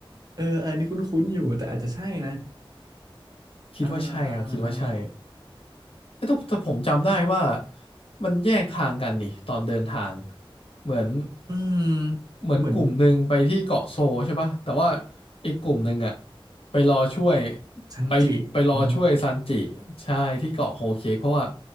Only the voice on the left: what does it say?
คิดว่าใช่ครับคิดว่าใช่
เอ้ยแต่แต่ผมจำได้ว่ามันแยกทางกันนี่ตอนเดินทางเหมือน
เหมือนกลุ่มหนึ่งไปที่เกาะโซใช่ปะแต่ว่า
อีกกลุ่มหนึ่งอะไปรอช่วย
ไปไปรอช่วยซันจิใช่ที่เกาะโฮเค้กเพราะว่า